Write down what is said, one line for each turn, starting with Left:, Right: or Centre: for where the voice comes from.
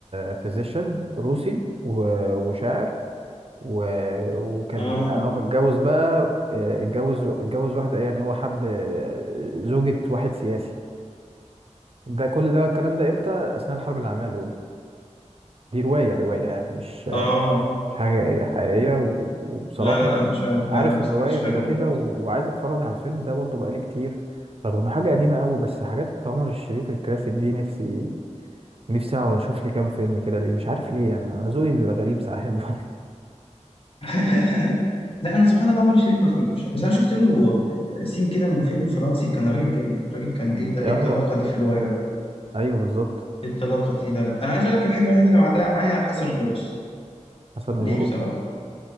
Right: فيزيشن روسي و- وشاعر و... وكان
Left: اه
Right: يعني هو متجوز بقى آه، اتجوز اتجوز واحدة يعني هو حب آه، زوجة واحد سياسي ده كل ده الكلام ده امتى أثناء الحرب العالمية الأولى دي رواية رواية يعني مش
Left: اه
Right: مش حاجة حقيقية و- وبصراحة
Left: لا لا لا مش عارف
Right: أنا
Left: لا
Right: عارف
Left: انا ما
Right: الرواية
Left: سمعتش
Right: كده
Left: حاجه ده
Right: كده
Left: خالص
Right: و- وعايز أتفرج على الفيلم ده برضه بقالي كتير رغم إنه حاجة قديمة قوي بس حاجات عمر الشريف الكلاسيك دي نفسي نفسي أقعد أشوف لي كام فيلم كده ليه مش عارف ليه أنا أنا ذوقي بيبقى غريب ساعات <laughs> برضه.
Left: <laughs> لا انا سبحان الله عمر الشريف ما سمعتوش بس انا شفت له سين كده من فيلم فرنسي كان راجل جامد الراجل كان ايه ده
Right: آه
Left: ايه الطلاقه دي في اللغه يا جدع
Right: أيوه بالظبط
Left: ايه الطلاقه دي لا لا انا عايز اقول لك الحاجه الوحيده اللي معلقه معايا حسن ومرقص
Right: حسن
Left: ليه
Right: ومرقص
Left: بصراحه